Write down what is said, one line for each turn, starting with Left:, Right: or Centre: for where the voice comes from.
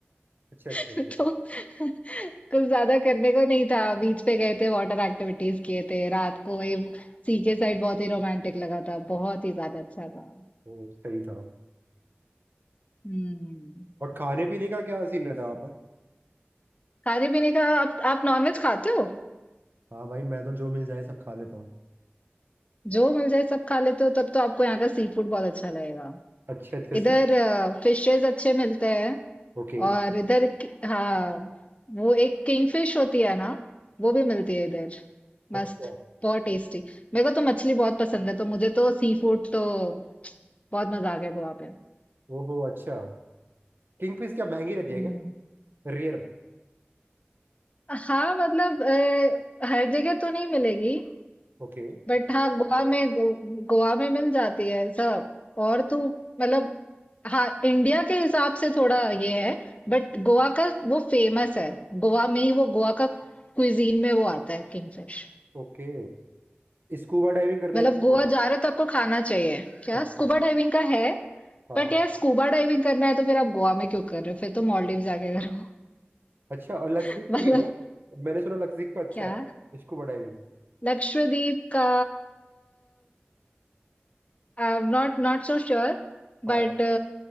Right: अच्छा
Left: <laughs>
Right: अच्छा अच्छा
Left: तो कुछ ज्यादा करने को नहीं था बीच पे गए थे वाटर एक्टिविटीज किए थे रात को ये सी के साइड बहुत ही रोमांटिक लगा था बहुत ही ज्यादा अच्छा था
Right: वो सही था
Left: हम्म
Right: और खाने पीने का क्या सीन रहता है वहाँ पर
Left: खाने पीने का आप आप नॉनवेज खाते हो
Right: हाँ भाई मैं तो जो मिल जाए सब खा लेता हूँ
Left: जो मिल जाए सब खा लेते हो तब तो आपको यहाँ का सी फूड बहुत अच्छा लगेगा
Right: अच्छा अच्छा
Left: इधर
Right: सी
Left: फिशेस अच्छे मिलते हैं
Right: ओके
Left: और इधर कि- हाँ वो एक किंगफिश होती है ना वो भी मिलती है इधर
Right: अच्छा
Left: मस्त बहुत टेस्टी मेरे को तो मछली बहुत पसंद है तो मुझे तो सी फूड तो बहुत मजा आ गया गोवा पे
Right: ओहो अच्छा किंग फिश क्या महंगी रहती है
Left: हम्म
Right: क्या Rare
Left: हाँ मतलब अ, हर जगह तो नहीं मिलेगी
Right: Okay
Left: बट हाँ गोवा में गो, गोवा में मिल जाती है सब और तो मतलब हाँ इंडिया के हिसाब से थोड़ा ये है बट गोवा का वो फेमस है गोवा में ही वो गोवा का क्विजीन में वो आता है किंगफिश
Right: Okay scuba diving करने
Left: मतलब
Right: का
Left: गोवा
Right: होगा
Left: जा रहे हो तो आपको खाना चाहिए क्या
Right: अच्छा
Left: स्कूबा डाइविंग का है
Right: हाँ
Left: बट यार स्कूबा डाइविंग करना है तो फिर आप गोवा में क्यों कर रहे हो फिर तो मॉलडीव जाके करो
Right: अच्छा और लक्षदीप
Left: <laughs> मतलब
Right: का भी है ना मैंने सुना लक्षदीप का अच्छा
Left: क्या
Right: है स्कूबा डाइविंग
Left: लक्षद्वीप का I'm not not so sure, but
Right: हाँ